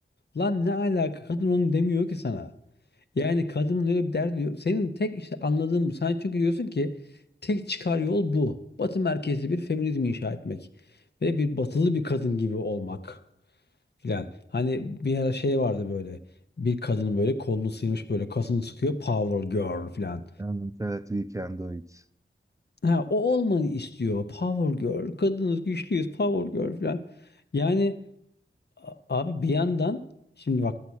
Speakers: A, on the left (about 50°); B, on the right (about 15°).
A: Lan ne alaka? Kadın onu demiyor ki sana. Yani kadının öyle bir derdi yok. Senin tek işte anladığın bu. Sen çünkü diyorsun ki tek çıkar yol bu. Batı merkezli bir feminizm inşa etmek ve bir batılı bir kadın gibi olmak filan. Hani bir ara şey vardı böyle, bir kadının böyle kolunu sıyırmış, böyle kasını sıkıyor, "Power girl" filan.
B: Yani evet, we can do it.
A: Ha, o olmayı istiyor. "Power girl, kadınız, güçlüyüz, power girl" filan. Yani a abi bir yandan şimdi bak